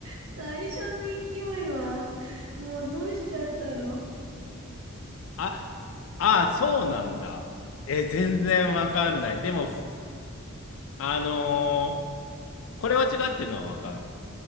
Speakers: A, on the right; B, on the left.
A: 最初の勢いは、もうどうしちゃったの
B: あ、ああそうなんだ。え全然わかんない。
A: うん、
B: でも、ふあのーこれは違うっていうのはわかる。